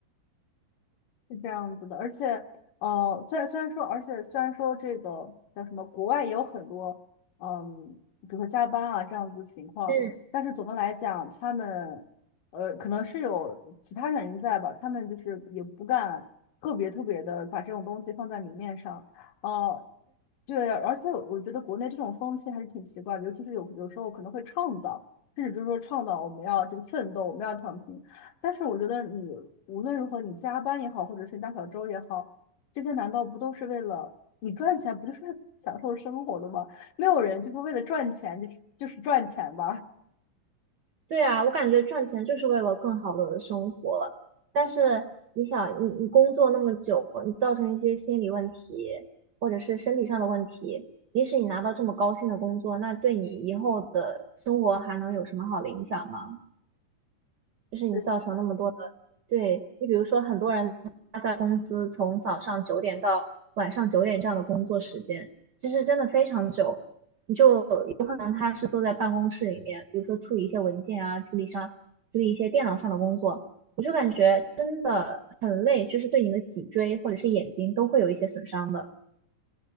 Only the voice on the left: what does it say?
是这样子的，而且，呃，虽然虽然说，而且虽然说这个叫什么，国外也有很多，嗯，比如说加班啊这样子的情况，
但是总的来讲，他们，呃，可能是有其他原因在吧，他们就是也不敢特别特别的把这种东西放在明面上，呃，对，而且我觉得国内这种风气还是挺奇怪的，尤其是有有时候可能会倡导，甚至就是说倡导我们要这个奋斗，我们要躺平。但是我觉得你无论如何，你加班也好，或者是大小周也好，这些难道不都是为了你赚钱，不就是为了享受生活的吗？没有人就是为了赚钱，就是就是赚钱吧。
<laughs>
对，是这样